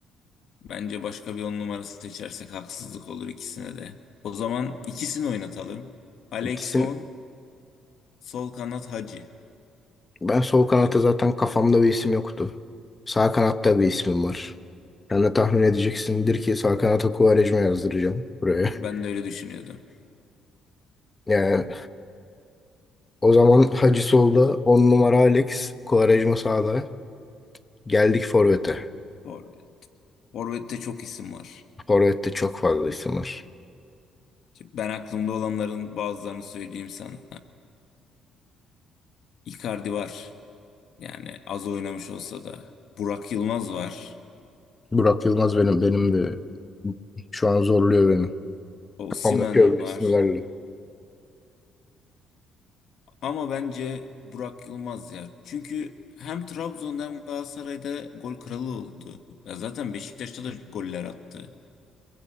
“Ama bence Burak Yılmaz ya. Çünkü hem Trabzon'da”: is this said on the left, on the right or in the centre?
Left